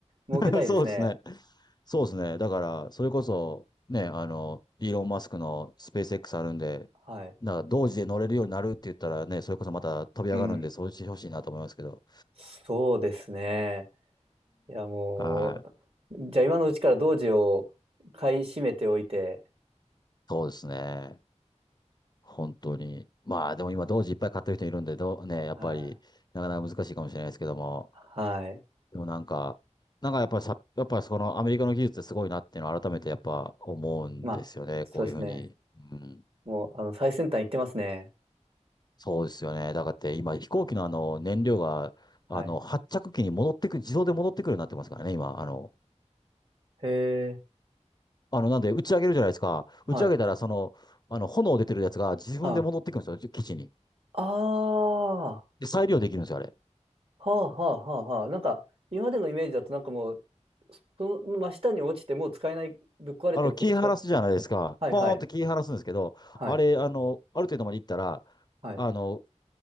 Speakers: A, on the right; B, on the left.
A: 儲けたいですね。
B: <laughs> そうですね。そうですね。だから、それこそ、ね、あの、イーロン・マスクのスペース X あるんで、
A: はい。
B: なんか同時で乗れるようになるって言ったらね、それこそまた飛び上がるんで、
A: うん。
B: そうしてほしいなと思いますけど。
A: そうですね。いや、もう、
B: はい。
A: じゃあ今のうちから同時を買い占めておいて、
B: そうですね。本当に。まあ、でも今、同時いっぱい買ってる人いるんで、どう、ね、やっぱり、
A: はい。
B: なかなか難しいかもしれないですけども。
A: はい。
B: でもなんか、なんかやっぱりさ、やっぱりそのアメリカの技術ってすごいなっていうのを改めてやっぱ思うんですよね。
A: まあ、そうですね。
B: こういうふうに。うん。
A: もう、あの、最先端行ってますね。
B: そうですよね。だからって今飛行機のあの燃料が、
A: はい。
B: あの発着機に戻ってくる、自動で戻ってくるようになってますからね、今。あの、
A: へえ、
B: あの、なんで打ち上げるじゃないですか。
A: はい。
B: 打ち上げたらその、あの、炎出てるやつが自分で戻ってくるんですよ、
A: あ、
B: 基地に。
A: ああ、は
B: で、再利用できるんですよ、あれ。
A: あはあはあはあ。なんか、今までのイメージだとなんかもう、その真下に落ちてもう使えない、ぶっ壊れてこ使え、
B: あの、切り離すじゃないですか。
A: はいはい、
B: ポーンって切り離すんですけど、
A: はい、
B: あれ、あの、ある程度まで行ったら、
A: はい、
B: あの、